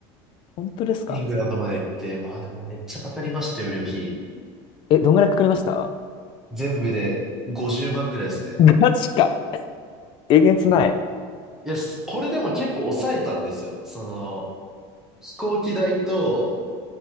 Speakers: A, on the left (about 40°); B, in the centre.
A: 本当ですか
B: イングランドまで行って、まあでもめっちゃかかりましたよ、旅費。
A: え、どんぐらいかかりました
B: 全部で50万ぐらいですね。
A: ガチか。えげつない。
B: もうといや、すこれでも結構抑えたんですよ。その、飛行機代と、